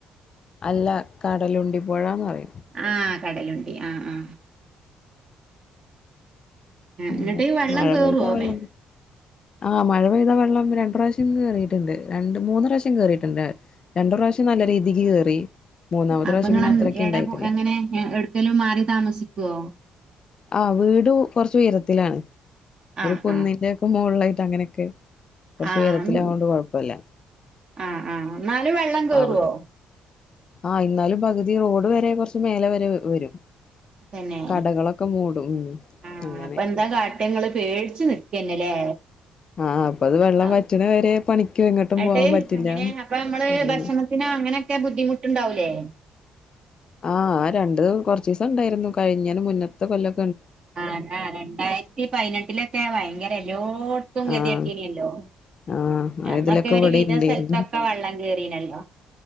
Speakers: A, on the left; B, on the right.
A: അല്ല കടലുണ്ടി പൊഴന്ന റിം.
B: ആഹ് കടലുണ്ടി ആ ആ.
A: <unintelligible>
B: ഇങ്ങട്ട് വെള്ളം
A: മഴ
B: കേറുവോ
A: പെയ്ത വെള്ളം
B: മേ
A: ആഹ് മഴ പെയ്താ വെള്ളാമ്പൊ രണ്ട് റാശ്യം കേറീട്ട്ണ്ട്. രണ്ട് മൂന്ന് റാവ്ശ്യം കേറിട്ട്ണ്ട്. രണ്ട് പ്രാവശ്യം നല്ല രീതിക്ക് കേറി. മൂന്നാമത്തെ പ്രാവശ്യം
B: അപ്പൊങ്ങള്
A: പിന്നെ അത്രക്ക്
B: എടെ
A: ഇണ്ടായിട്ടില്ല
B: പൊ എങ്ങനെ എ എട്ക്കേലും മാറി താമസിക്കോ?
A: ആഹ് വീട് കൊർച്ച് ഉയരത്തിലാണ്. ഒരു
B: ആഹ്
A: കുന്നിന്റെ
B: ആഹ്
A: ഒക്കെ മോൾലായി അങ്ങനെക്കേ കൊർച്ച്
B: ആഹ്
A: ഉയരത്തിലാവോണ്ട് കൊയ്പ്പല്ല
B: ആഹ് ആഹ് എന്നാലും വെള്ളം കേറുവോ
A: അവ്ടെ ആഹ് ഇന്നാലും പകുതി റോഡ് വരെ കൊർച്ച് മേലെ വരെ വരും.
B: തന്നെ
A: കടകളൊക്കെ മൂടും ഉം
B: ആ
A: അങ്ങനെ
B: അപ്പൊ എന്താ കാട്ടങ്ങള് പേട്ച്ച് നി ക്കന്നല്ലേ
A: ആ അപ്പൊ അത് വെള്ളം
B: ആഹ്
A: വറ്റണ വരെ പണിക്കോ എങ്ങോട്ടും
B: ആട്ട്
A: പോവാൻ പറ്റില്ല
B: അങ്ങനെ അപ്പൊ നമ്മള്
A: അങ്ങനെ
B: ഭക്ഷണത്തിന് അങ്ങനെക്കെ ബുദ്ധിമുട്ട്ണ്ടാവ് ലേ
A: ആഹ് ആ രണ്ട് കൊർച്ചീസം ഇണ്ടായ്ര് ന്നു കഴിഞ്ഞേന് മുന്നത്തെ കൊല്ലം
B: അതെന്നെ രണ്ടായിരത്തി പയ്നെട്ടിലെറ്റെ ഭയങ്കര എല്ലോട്ത്തും കെതിയട്ടീനല്ലോ
A: ആഹ് ആഹ് ആ
B: അന്നൊക്കെ
A: ഇതിലൊക്കെ
B: ഒരു
A: ഇവിടെ
B: വിധം
A: ഇണ്ടേരുന്നു.
B: സ്ഥൽത്തൊക്കെ വള്ളം കേറീണല്ലോ